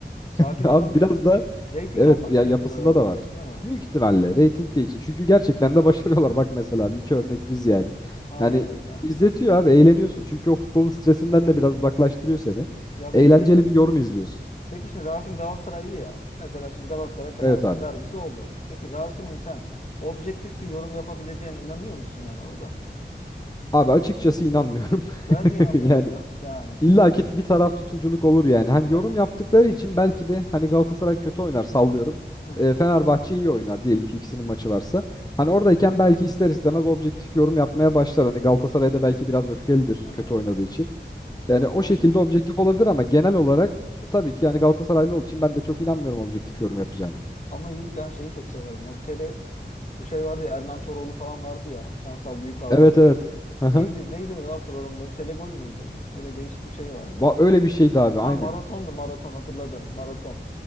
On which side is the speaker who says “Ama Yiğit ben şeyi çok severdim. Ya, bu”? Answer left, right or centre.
Left